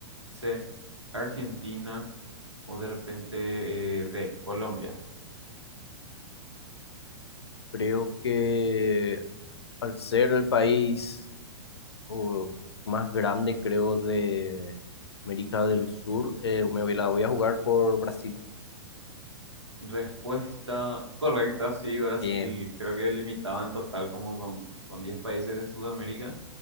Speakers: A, on the right (about 90°); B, on the left (about 70°).
A: C, Argentina o de repente eh, D, Colombia.
B: Creo que al ser el país. o más grande, creo, de América del Sur. Eh, me voy- la voy a jugar por Brasil.
A: Respuesta correcta, sí, Brasil
B: Bien,
A: creo que limitaba en total como con, con 10 países de Sudamérica,